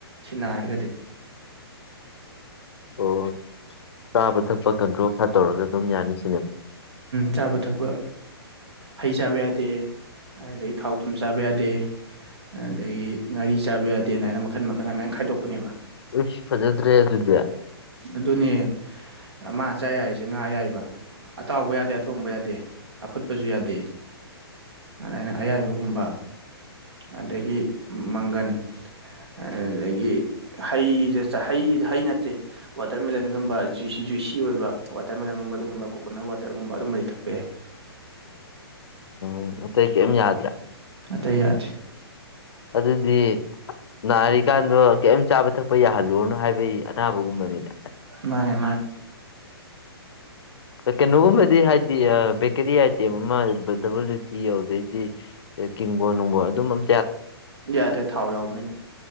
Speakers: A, on the right; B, on the left.
A: ꯁꯤ ꯅꯥꯔꯒꯗꯤ
B: ꯑꯣ ꯆꯥꯕ ꯊꯛꯄ ꯀꯟꯇ꯭ꯔꯣꯜ ꯈꯔ ꯇꯧꯔꯒ ꯑꯗꯨꯝ ꯌꯥꯅꯤ ꯁꯤꯅꯦꯕ
A: ꯆꯥꯕ ꯊꯛꯄ ꯍꯩ ꯆꯥꯕ ꯌꯥꯗꯦ ꯑꯗꯗꯩꯩ ꯊꯥꯎ ꯊꯨꯝ ꯆꯥꯕ ꯌꯥꯗꯦ ꯑꯗꯒꯤ ꯉꯥꯔꯤ ꯆꯥꯕ ꯌꯥꯗꯦꯅ ꯃꯥꯏꯅ ꯃꯈꯟ ꯃꯈꯟ ꯑꯃꯥꯏꯅ ꯈꯥꯏꯗꯣꯛꯄꯅꯦꯕ
B: ꯏꯁ ꯐꯖꯗ꯭ꯔꯦ ꯑꯗꯨꯗꯤ
A: ꯑꯗꯨꯅꯦ ꯃꯥ ꯆꯥꯌꯥꯏꯁꯦ ꯉꯥ ꯑꯌꯥꯏꯕ ꯑꯇꯥꯎꯕ ꯌꯥꯗꯦ ꯑꯊꯣꯡꯕ ꯌꯥꯗꯦ ꯑꯐꯨꯠꯄꯖꯨ ꯌꯥꯗꯦ ꯑꯗꯥꯏꯅ ꯑꯌꯥꯏꯕꯒꯨꯝꯕ ꯑꯗꯒꯤ ꯃꯪꯒꯟ ꯑꯗꯨꯗꯒꯤ ꯍꯩꯖꯦ ꯆꯥ ꯍꯩ ꯍꯩ ꯅꯠꯇꯦ ꯋꯥꯇꯔꯃꯦꯂꯟꯒꯨꯝꯕ ꯖꯨꯏꯁꯤ ꯖꯨꯏꯁꯤ ꯑꯣꯏꯕ ꯋꯥꯇꯔꯃꯦꯂꯟꯒꯨꯝꯕ ꯑꯗꯨꯒꯨꯝꯕ ꯀꯣꯀꯣꯅꯠ ꯋꯥꯇꯔꯒꯨꯝꯕ ꯑꯗꯨꯝꯕꯗꯤ ꯊꯛꯄ ꯌꯥꯏ
B: ꯎꯝ ꯑꯇꯩ ꯀꯩꯝ ꯌꯥꯗ꯭ꯔꯦ
A: ꯑꯇꯩ ꯌꯥꯗꯦ
B: ꯑꯗꯨꯗꯤ ꯅꯥꯔꯤꯀꯥꯟꯗꯣ ꯀꯩꯝ ꯆꯥꯕ ꯊꯛꯄ ꯌꯥꯍꯜꯂꯨꯔꯅꯣ ꯍꯥꯏꯕꯩ ꯑꯅꯥꯕꯒꯨꯝꯕꯅꯤꯅꯦ
A: ꯃꯥꯅꯦ ꯃꯥꯅꯦ
B: ꯀꯩꯅꯣꯒꯨꯝꯕꯗꯤ ꯍꯥꯏꯗꯤ ꯕꯦꯀꯔꯤ ꯑꯥꯏꯇꯦꯝ ꯑꯃ ꯗꯕꯜꯂꯨꯇꯤ ꯌꯧꯗꯩꯗꯤ ꯀꯤꯡꯕꯣꯟ ꯅꯨꯡꯕꯣꯟ ꯑꯗꯨꯝꯕ ꯑꯝ
A: ꯌꯥꯗꯔꯦ ꯊꯥꯎ ꯌꯥꯎꯕꯅꯤꯅ